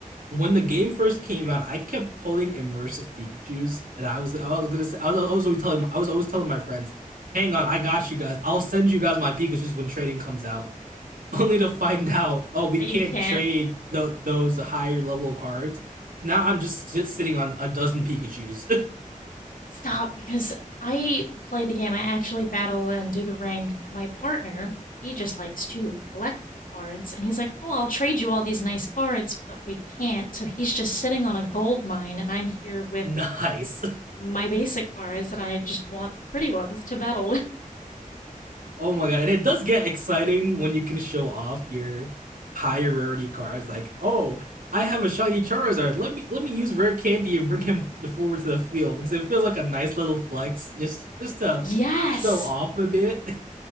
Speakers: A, on the right; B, on the left.
A: when the game first came out, I kept pulling immersive Pikachu's, and I was I was gonna say I was always telling I was always telling my friends, "Hang on, I got you guys. I'll send you guys my Pikachu's when trading comes out." <laughs> Only to find out, oh, we
B: that
A: can't
B: you can't
A: trade tho- those higher level cards. Now I'm just sitting on a dozen Pikachu's.
B: Stop, because I play the game. I actually battle and do the ranked. My partner, he just likes to collect the cards, and he's like, "Oh, I'll trade you all these nice cards," but we can't. So he's just sitting on a gold mine, and I'm here with
A: <laughs> nice.
B: my basic cards, and I just want the pretty ones to battle with.
A: Oh my god, and it does get exciting when you can show off your higher rarity cards. Like, oh, I have a shiny Charizard. Let me let me use rare candy and bring him forward to the field because it feels like a nice little flex, just just to
B: <laughs> yes.
A: show off a bit.